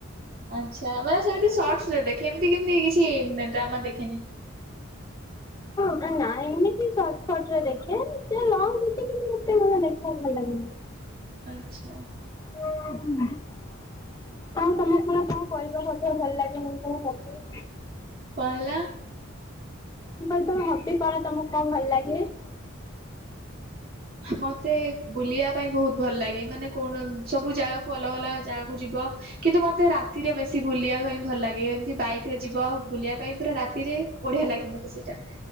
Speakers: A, on the right; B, on the left.
A: ଆଚ୍ଛା ମାନେ ସେମିତି ସର୍ଟସ ରେ ଦେଖେ ଏମିତି କେମିତି କିଛି ଡ୍ରାମା ଦେଖେନି।
B: କାଇଁ ନା ଏମିତି ସଟ୍ କଟ୍ ରେ ଦେଖେ ସିଏ ଲାଉ ଦେଖିକି ମତେ ଭଳିଆ ଦେଖିବାକୁ ଭଲଲାଗେନି।
A: ଆଚ୍ଛା
B: <unintelligible> ଆଉ ତମେ କଣ କଣ କହିପା ମଧ୍ୟ ଭଲଲାଗେନି କୋଉ ପଦେ।
A: ପହେଲା
B: ମୁଁ କହିଲି ତମ ହବି କଣ ତମକୁ କଣ ଭଲ ଲାଗେ?
A: ମତେ ବୁଲିବା ପାଇଁ ବହୁତ୍ ଭଲ ଲାଗେ। ମାନେ କୌଣ ସବୁ ଜାଗା କୁ ଅଲଗା ଅଲଗା ଜାଗାକୁ ଯିବ। କିନ୍ତୁ ମତେ ରାତିରେ ବେସି ବୁଲିବା ପାଇଁ ଭଲଲାଗେ। ଏମିତି ବାଇକ୍ ରେ ଯିବ ବୁଲିବା ପାଇଁ ରାତିରେ। ବଢ଼ିଆ ଲାଗେ ମୋତେ ସେଇଟା।